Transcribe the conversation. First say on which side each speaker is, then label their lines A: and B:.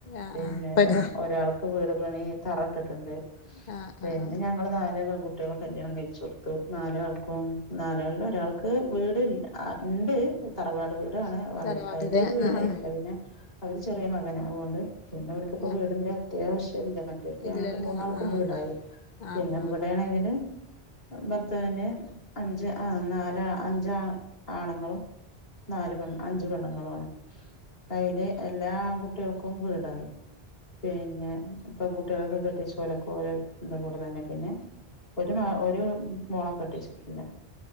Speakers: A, on the left; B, on the left.
A: ആഹ്
B: പിന്നെ
A: ആഹ് ഇപ്പല്ലേ
B: രൺ - ഒരാൾക്ക് വീട് പണി തറട്ട്ട്ട്ണ്ട്
A: ആഹ്
B: പിന്നെ
A: ആഹ് ആഹ്
B: ഞങ്ങള് നാല് പെൺകു ട്ടിയാളെ കല്യാണം കഴിച്ച് കൊടുത്തു നാലാൾക്കും നാലാള് ഒരാൾ ക്ക്‌ വീട് ൽ ആ ഇണ്ട് തറവാട് വീടാണ് അവര്ക്കായി
A: തറവാട്ട്ലെ
B: വീടായിട്ടില്ല
A: ആഹ് ആഹ്
B: പിന്നെ അവര് ചെറീയെ മകന അവോണ്ട് പിന്നെ അവർക്കിപ്പോ
A: ആഹ്
B: വീടിന്റെ അത്യാവശ്യല്ല മറ്റ് റ്റൊർക്ക് ‌
A: ഇല്ലല്ല
B: ഞങ്ങക്ക് മൂന്നാൾക്കും
A: ആഹ്
B: വീടായി
A: ആഹ് ആഹ്
B: പിന്നെ
A: ആഹ്
B: ഇവിടേണെങ്കില് ആ ഭർത്താവിനെ അഞ്ച് ആ നാലാ അഞ്ച് ആ ആണുങ്ങളും നാല് പെൺ അഞ്ച് പെണ്ണുങ്ങളുവാണ് അയില് എല്ലാ ആങ്കുട്ടിയാൾക്കും വീടായി പിന്നെ പെൺകുട്ടിയാളൊക്കെ കെട്ടിച്ചു ഓലെക്കെ ഓല എന്തകൂടെ തന്നെ പിന്നെ ഒരുമ ഒര് മോളെ കെട്ടിച്ചിട്ടില്ല